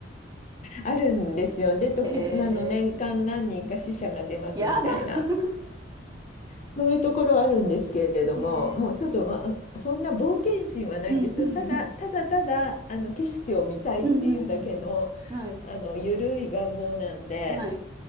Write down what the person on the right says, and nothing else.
へえ。やだ。<laughs>
へえ。
うん。うん、うん、うん、うん。うんはい。
はい。